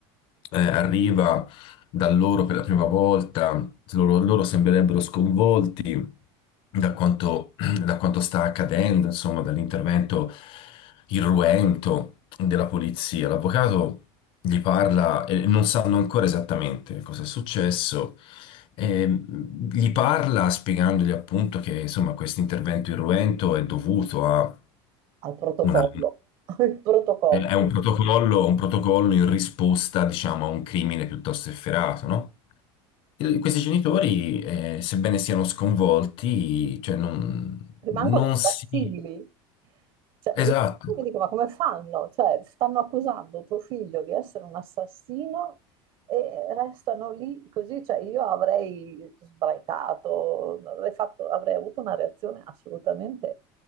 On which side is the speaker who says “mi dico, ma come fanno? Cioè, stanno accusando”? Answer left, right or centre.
Right